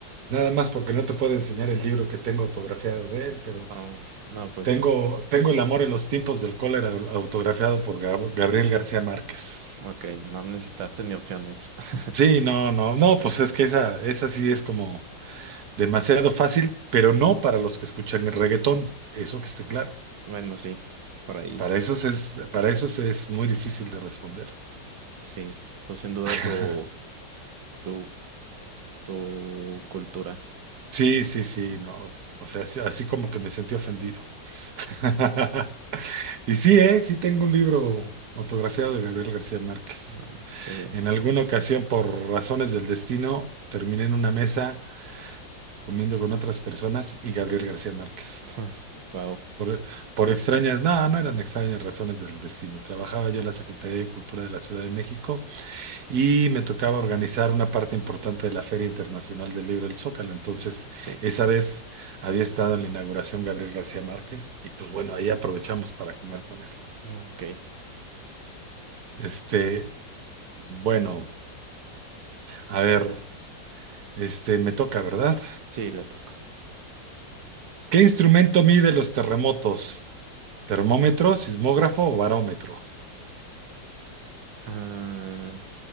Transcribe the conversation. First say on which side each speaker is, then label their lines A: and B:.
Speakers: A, on the right; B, on the right.
A: nada más porque no te puedo enseñar el libro que tengo autografiado de él, pero
B: Oh, no, pues,
A: tengo, tengo El amor en los tiempos del cólera autografiado por Gab- Gabriel García Márquez.
B: ok, no necesitaste ni opciones. <laughs>
A: Sí, no, no, no, pues es que esa, esa sí es como demasiado fácil, pero no para los que escuchan el reggaetón, eso que esté claro.
B: Bueno, sí, por ahí,
A: Para esos es, para esos es muy difícil de responder.
B: sí. Pues sin duda
A: <laughs>
B: tu, tu, tu cultura.
A: Sí, sí, sí, no. O sea, así, así como que me sentí ofendido. <laughs> Y sí, eh, sí tengo un libro autografiado de Gabriel García Márquez.
B: No, no, qué bien.
A: En alguna ocasión, por razones del destino, terminé en una mesa comiendo con otras personas y Gabriel García Márquez.
B: <laughs> Wow,
A: Por, por extrañas, no, no eran extrañas razones del destino. Trabajaba yo en la Secretaría de Cultura de la Ciudad de México y me tocaba organizar una parte importante de la Feria Internacional del Libro del Zócalo. Entonces,
B: sí,
A: esa vez había estado en la inauguración Gabriel García Márquez y pues bueno, ahí aprovechamos para comer con él.
B: ok,
A: Este, bueno, a ver, este, me toca, ¿verdad?
B: sí, le toca.
A: ¿Qué instrumento mide los terremotos? ¿Termómetro, sismógrafo o barómetro?
B: Ah,